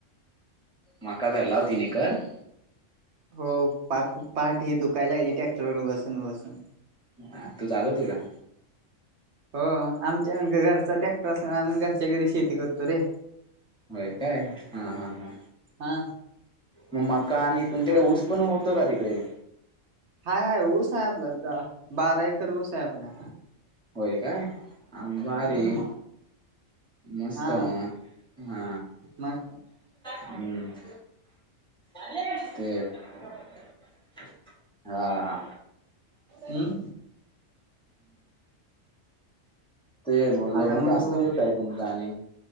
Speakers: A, in the centre; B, on the right (about 60°).
A: मका पेरला व तीन एकर.
B: हो पाक पाठ हे दुखायला गली ट्रॅक्टर वर बसून बसून.
A: ह तू चालूत का?
B: हो आमच्या घरचा ट्रॅक्टर अस आम्ही घरच्या घरी शेती करतो रे.
A: होय काय, हा हा हा
B: हा
A: मग मका आणि तुमच्याकडे
B: आता
A: ऊस पण होत तर का तिकडे?
B: हाय हाय ऊस आहे आपला तिथं बारा एकर ऊस आहे. आपला
A: होय काय, अंबारी
B: हम्म
A: मस्त,
B: हा
A: हा
B: मग
A: हम्म. <inaudible> हा.
B: हम्म
A: तेच बोललो
B: आता
A: म्हणजे
B: मग
A: <inaudible>
B: तू
A: आहे तुमचा आणि